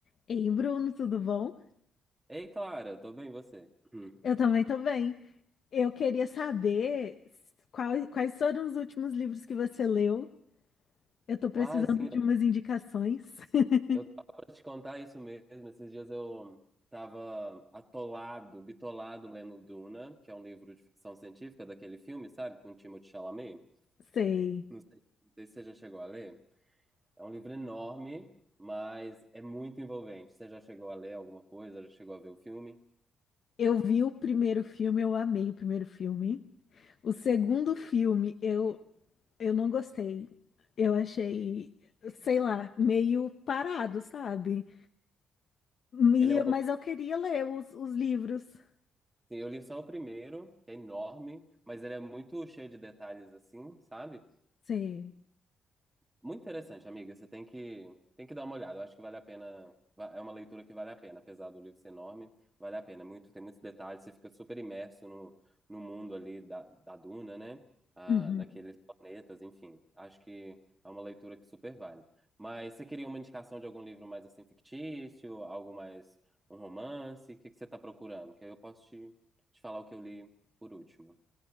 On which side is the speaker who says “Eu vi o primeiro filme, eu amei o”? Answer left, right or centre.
Left